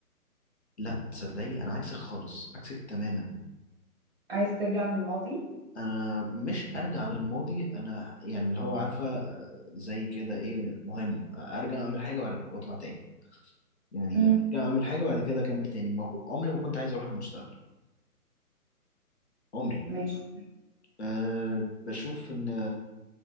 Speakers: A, on the left; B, on the right.
A: لا تصدقي انا عكسك خالص عكسك تماما
B: عايز ترجع للماضي
A: انا مش ارجع للماضي انا يعني اللي هو عارفه آه، زي كده ايه مهم ارجع اعمل حاجه وأرجع- واطلع تاني يعني
B: مم.
A: ارجع اعمل حاجه وبعد كده اكمل تاني ما كو- عمري ما كنت عايز اروح المستقبل عمري
B: ماشي
A: أه بشوف ان